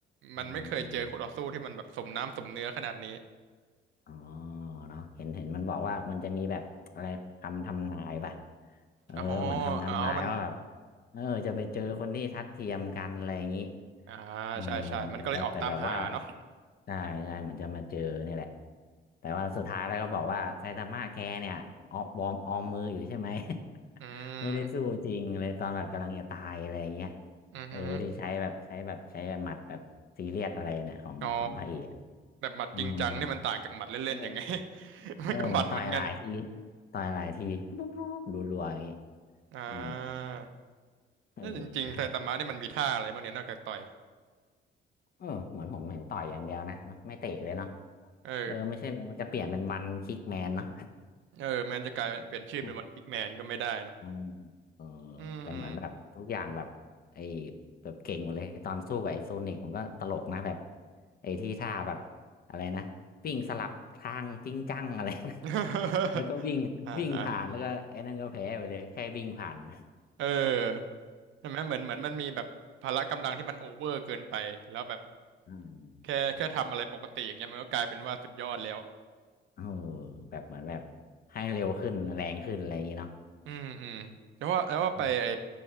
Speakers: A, on the left; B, on the right.
A: อ
B: มันไม่เคยเจอคู่ต่อสู้ที่มันแบบสมน้ำสมเนื้อขนาดนี้
A: อ๋อเนาะเห็นเห็นมันบอกว่ามันจะมีแบบอะไรคำทำนายป่ะเออเหมือนคำทำนายว่าแบบ
B: อ๋ออ๋อมัน
A: เออจะไปเจอคนที่ทัดเทียมกันอะไรอย่างนี้
B: อ่า
A: เออ
B: ใช่ใช่มันก็เลยออกตามหาเนาะ
A: แล้วแต่แบบว่าใช่ใช่เหมือนจะมาเจอนี่แหละแต่ว่าสุดท้ายแล้วก็บอกว่าไซตามะแกเนี่ยออกวอร์มออมมืออยู่ใช่ไหม <laughs>
B: อืม
A: ไม่ได้สู้จริงเลยตอนแบบกำลังจะตายอะไรอย่างเงี้ย
B: อือฮึ
A: เออที่ใช้แบบใช้แบบใช้หมัดแบบซีเรียสอะไรเนี่ยของของพระเอก
B: อ๋อแต่หมัดจริงจังนี่มันต่างจากหมัดเล่นๆยังไง
A: อืมเออ
B: <laughs>
A: เออเหมือนต่อยหลายที
B: มันก็หมัดเหมือนกัน
A: ต่อยหลายทีปุ๊บปุ๊บปุ๊บรัวๆอย่างงี้
B: อ่า
A: เออเออ
B: ถ้าจริงๆไซตามะนี่มันมีท่าอะไรบ้างเนี่ยนอกจากต่อย
A: เออเหมือนผมเห็นต่อยอย่างเดียวนะไม่เตะเลยเนาะ
B: เออ
A: เออไม่ใช่มันจะเปลี่ยนเป็นวันคิกแมนเนาะ
B: เออแมนจะกลายเป็นเปลี่ยนชื่อเป็นวันคิกแมนก็ไม่ได้เนาะ
A: <laughs> อืมเออ
B: อืม
A: แต่เหมือนแบบทุกอย่างแบบไอ้แบบเก่งหมดเลยตอนสู้กับไอ้โซนิกผมก็ตลกนะแบบไอ้ที่ท่าแบบอะไรนะวิ่งสลับทางจริงจังอะไรนะ
B: <laughs>
A: <laughs> แล้วก็วิ่งวิ่งผ่านแล้วก็ไอ้นั่นก็แพ้ไปเลยแค่วิ่งผ่าน
B: อ่าอ่า
A: <laughs>
B: เออ ใช่ไหมเหมือนเหมือนมันมีแบบพละกำลังที่มันโอเวอร์เกินไปแล้วแบบ
A: อืมใช่ใช่
B: แค่แค่ทำอะไรปกติอย่างเงี้ยมันก็กลายเป็นว่าสุดยอดแล้ว
A: เออแบบเหมือนแบบให้เร็วขึ้นแรงขึ้นอะไรอย่างนี้เนาะ
B: อืมอืมแล้วว่าแล้วว่าไปไอ
A: อื